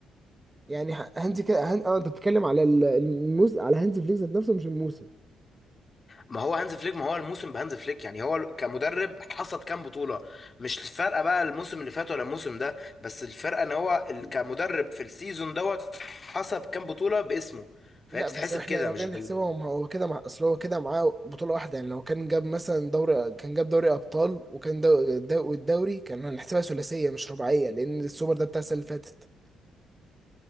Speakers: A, on the right; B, on the left.
A: يعني ه- هانزي كده هن... اه انت بتتكلم على ال- الموس... على هانزي فليك ذات نفسه مش الموسم
B: ما هو هانز فليك ما هو الموسم بهانز فليك يعني هو كمدرب حصد كام بطولة مش الفرقة بقى الموسم اللي فات ولا الموسم ده بس الفرقة ان هو ال- كمدرب في السيزون دوت حسب كام بطولة باسمه فهي
A: لا
B: بتتحسب
A: بس احنا
B: كده
A: لو
B: مش
A: جينا
B: بال
A: نحسبهم هو كده مع اصل هو كده معاه بطولة واحدة يعني لو كان جاب مثلا دوري كان جاب دوري ابطال وكان دو... دو... والدوري كان هنحسبها ثلاثية مش رباعية لان السوبر ده بتاع السنة اللي فاتت